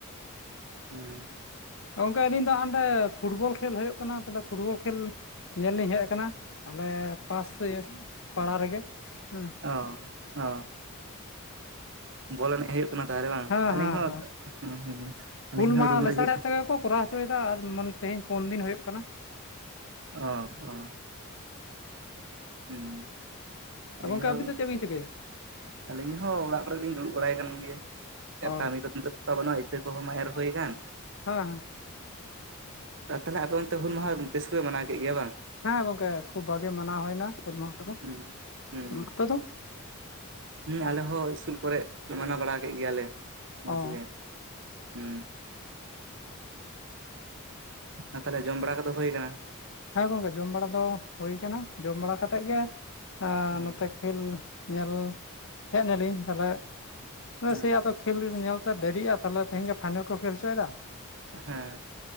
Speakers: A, on the right (about 60°); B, on the left (about 60°).
A: ᱦᱩᱸ
B: ᱜᱚᱢᱠᱮ ᱟᱹᱞᱤᱧ ᱫᱚ ᱦᱟᱸᱜ ᱟᱱᱰᱮ ᱯᱷᱩᱴᱵᱚᱞ ᱠᱷᱮᱞ ᱦᱳᱭᱳᱜ ᱠᱟᱱᱟ, ᱛᱟᱦᱚᱞᱮ ᱯᱷᱩᱴᱵᱚᱞ ᱠᱷᱮᱞ ᱧᱮᱞ ᱞᱤᱧ ᱦᱮᱡ ᱠᱟᱱᱟ ᱟᱞᱮ ᱯᱟᱥ ᱯᱟᱲᱟ ᱨᱮᱜᱮ ᱦᱮᱸ
A: ᱚᱻ ᱚ ᱵᱚᱞ ᱮᱱᱮᱡ ᱦᱳᱭᱳᱜ ᱠᱟᱱᱟ ᱛᱟᱦᱚᱞᱮ ᱵᱟᱝ
B: ᱦᱮᱸ
A: ᱟᱹᱞᱤᱧ
B: ᱦᱮᱸ
A: ᱦᱚᱸ
B: ᱦᱮᱸ
A: ᱦ ᱟᱹᱞᱤᱧ
B: ᱦᱩᱞ
A: ᱦᱚᱸ
B: ᱢᱟᱦᱟ
A: ᱨᱩᱢ
B: ᱞᱮᱥᱟᱲᱦᱮᱫ
A: ᱨᱮᱜᱮ
B: ᱛᱮᱜᱮ ᱠᱚ ᱠᱚᱨᱟᱣ ᱦᱚᱪᱚᱭᱫᱟ ᱟᱨ ᱢᱟᱱ ᱛᱮᱦᱮᱧ ᱯᱳᱱ ᱫᱤᱱ ᱦᱳᱭᱳᱜ ᱠᱟᱱᱟ
A: ᱚ ᱚ ᱦᱩᱸ ᱟᱹᱞᱤᱧ
B: ᱟᱨ ᱜᱚᱢᱠᱮ
A: ᱦᱚᱸ
B: ᱟᱹᱵᱤᱱ ᱫᱚ ᱪᱮᱫ ᱵᱤᱱ ᱪᱤᱠᱟᱹᱭ ᱫᱟ?
A: ᱟᱹᱞᱤᱧ ᱦᱚᱸ ᱚᱲᱟᱜ ᱠᱚᱨᱮ ᱜᱮᱞᱤᱧ ᱫᱩᱲᱩᱵ ᱵᱟᱲᱟᱭ ᱠᱟᱱ ᱜᱮᱭᱟ, ᱮ
B: ᱚ
A: ᱠᱟᱹᱢᱤ ᱠᱚ ᱱᱤᱛᱚᱜᱼᱼ ᱛᱚ ᱵᱟᱹᱱᱩᱜᱼᱟ ᱤᱛᱟᱹ ᱠᱚᱦᱚᱸ ᱢᱟᱭ ᱮᱨ ᱦᱳᱭ ᱟᱠᱟᱱ
B: ᱦᱮᱸ ᱦᱮᱸ
A: ᱛᱟᱦᱞᱮ ᱟᱯᱮ ᱚᱱᱛᱮ ᱦᱩᱞ ᱢᱟᱦᱟ ᱵᱮᱥ ᱜᱮᱯᱮ ᱢᱟᱱᱟᱣ ᱠᱮᱫ ᱜᱮᱭᱟ ᱵᱟᱝ?
B: ᱦᱮᱸ ᱜᱚᱝᱠᱮ ᱠᱷᱩᱵ ᱵᱷᱟᱜᱮ ᱢᱟᱱᱟᱣ ᱦᱩᱭᱱᱟ ᱦᱩᱞ ᱢᱟᱦᱟ ᱠᱚᱫᱚ,
A: ᱦᱩᱸ
B: ᱟᱯᱮ ᱫᱚ?
A: ᱦᱩᱸ ᱟᱞᱮ ᱦᱚᱸ ᱤᱥᱠᱩᱞ ᱠᱚᱨᱮᱜ ᱢᱟᱱᱟᱣ ᱵᱟᱲᱟ ᱠᱮᱫ ᱜᱮᱭᱟᱞᱮ ᱢᱚᱡᱽ
B: ᱚ
A: ᱜᱮ ᱦᱩᱸ ᱟᱨ ᱛᱟᱞᱦᱮ ᱡᱚᱢ ᱵᱟᱲᱟ ᱠᱚᱫᱚ ᱦᱩᱭ ᱠᱟᱱᱟ?
B: ᱦᱮᱸ ᱜᱚᱝᱠᱮ ᱡᱚᱢ ᱵᱟᱲᱟ ᱫᱚ ᱦᱳᱭ ᱠᱟᱱᱟ, ᱡᱚᱢ ᱵᱟᱲᱟ ᱠᱟᱛᱮᱜ ᱜᱮ
A: ᱦᱩᱸ
B: ᱱᱚᱛᱮ ᱠᱷᱮᱞ ᱧᱮᱞ ᱦᱮᱡ ᱱᱟᱞᱤᱧ ᱛᱟᱦᱞᱮ <unintelligible>
A: ᱦᱩᱸ
B: ᱟᱫᱚᱼᱼ ᱠᱷᱮᱞ ᱧᱮᱞᱛᱮ ᱫᱮᱨᱤᱜᱼᱟ ᱛᱟᱦᱞᱮ ᱛᱮᱦᱮᱧ ᱜᱮ ᱯᱷᱟᱭᱱᱮᱞ ᱠᱚ ᱠᱷᱮᱞ ᱦᱚᱪᱚᱭᱫᱟ
A: ᱦᱮᱸ